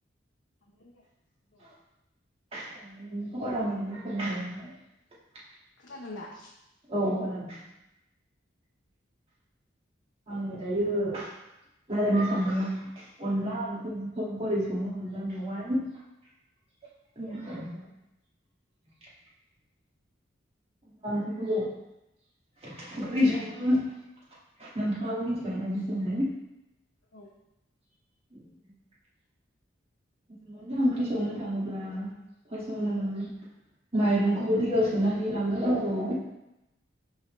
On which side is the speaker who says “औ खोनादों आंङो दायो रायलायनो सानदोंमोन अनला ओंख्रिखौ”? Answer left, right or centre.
Right